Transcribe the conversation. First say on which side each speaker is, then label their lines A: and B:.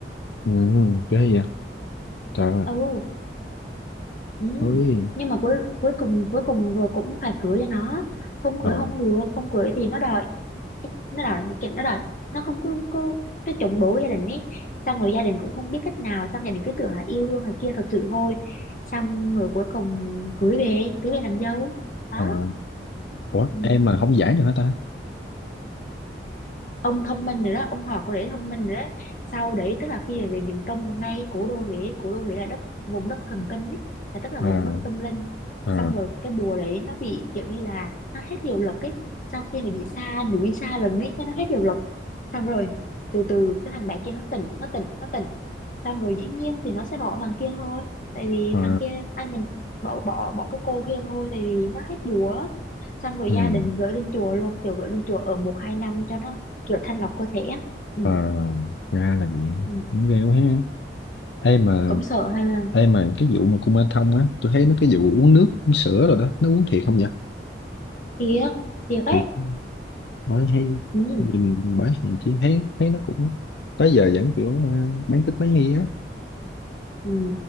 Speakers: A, on the left; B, on the left.
A: ừ ghê vậy trời ơi
B: ừ Ừ.
A: ôi
B: Nhưng mà cuối cuối cùng cuối cùng rồi cũng phải cưới cho nó không cưới
A: ờ
B: không được không cưới thì nó đòi nó đòi nó kiện nó đòi nó không có, có nó chống đối gia đình ấy xong rồi gia đình cũng không biết cách nào xong gia đình cứ tưởng là yêu đương này kia thật sự thôi xong rồi cuối cùng cưới về cưới về làm dâu đó
A: ờ ủa
B: ừ.
A: em mà không giải được hả ta
B: ông thông minh rồi đó ông học có để thông minh rồi đó sau đấy tức là khi mà về miền Trung ngay cố đô Huế cố đô Huế là đất vùng đất thần kinh ấy là tức là
A: ờ
B: vùng đất tâm linh
A: ờ
B: xong rồi cái bùa đấy nó bị kiểu như là nó hết hiệu lực ấy sau khi mà bị xa núi xa rừng ấy cái nó hết hiệu lực xong rồi từ từ cái thằng bé kia nó tỉnh nó tỉnh nó tỉnh xong rồi dĩ nhiên thì nó sẽ bỏ thằng kia thôi tại vì
A: ờ,
B: thằng kia anh nhầm bỏ bỏ bỏ cái cô kia thôi tại vì nó hết búa xong rồi
A: ừ.
B: gia đình gửi lên chùa luôn kiểu gửi lên chùa ở một hai năm cho nó kiểu thanh lọc cơ thể á. ừ.
A: Ờ, ra là vậy
B: ừ.
A: cũng ghê quá ha ê mà
B: cũng sợ ha
A: ê mà cái vụ mà Kuma Thông á tôi thấy nó cái vụ uống nước uống sữa rồi đó nó uống thiệt không vậy
B: thiệt thiệt ấy
A: thiệt bởi hay
B: ừ.
A: nhìn bởi nhìn chi thấy thấy nó cũng tới giờ vẫn kiểu à, bán tín bán nghi á
B: Ừ.